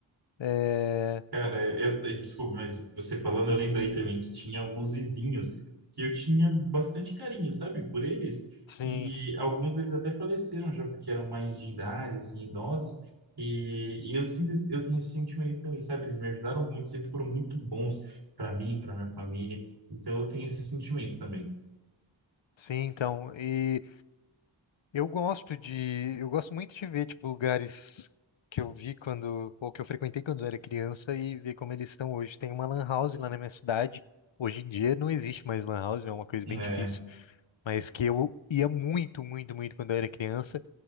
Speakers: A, on the left (about 75°); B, on the right (about 55°).
A: É,
B: Cara, eu, eu- desculpa, mas você falando, eu lembrei também que tinha alguns vizinhos que eu tinha bastante carinho, sabe, por eles.
A: sim,
B: E alguns deles até faleceram já, porque eram mais de idade, assim, idosos. E, e eu sinto, esse- eu tenho esse sentimento também, sabe? Eles me ajudaram muito, sempre foram muito bons para mim, para minha família. Então eu tenho esse sentimento também.
A: sim, então. E eu gosto de, eu gosto muito de ver tipo lugares que eu vi quando ou que eu frequentei quando eu era criança e ver como eles estão hoje. Tem uma lan house lá na minha cidade. Hoje em dia não existe mais lan house, é uma coisa
B: É.
A: bem difícil, mas que eu ia muito, muito, muito quando eu era criança.